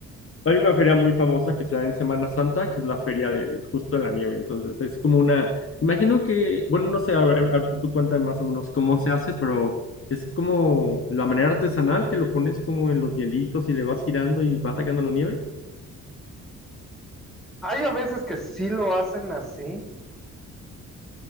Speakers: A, on the left; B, in the centre.
A: hay una feria muy famosa que se da en Semana Santa, que es la feria del Justo de la Nieve. Entonces, es como una, imagino que, bueno, no sé, a ver, a ver, tú cuéntame más o menos cómo se hace, pero es como la manera artesanal que lo pones como en los hielitos y le vas girando y vas sacando la nieve.
B: Hay a veces que sí lo hacen así,